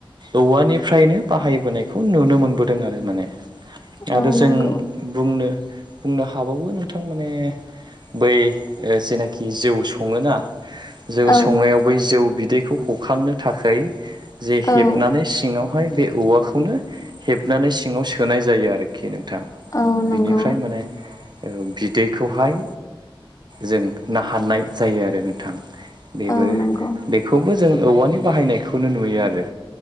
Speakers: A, on the right; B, on the left.
A: औवानिफ्रायनो बाहायबोनायखौ नुनो मोनबोदों आरो माने
B: औ
A: आरो जों
B: नंगौ
A: बुंनो बुंनो हाबावो नों थां माने बै जेनाखि जौ सङोना जौ
B: औ
A: संनायाव बै जौ बिदैखौ हखांनो थाखाय जे
B: औ
A: हेबनानै सिङाव बेखौहाय बे औवाखौनो हेबनानै सिङाव सोनाय जायो आरोखि नोंथां।
B: औ नंगौ
A: बिनिफ्राय माने औ बिदैखौहाय जों नाहारनाय जायो आरो नोंथां बेबो
B: औ नंगौ
A: बेखौबो जों औवानि बाहायनाय खौनो नुयो आरो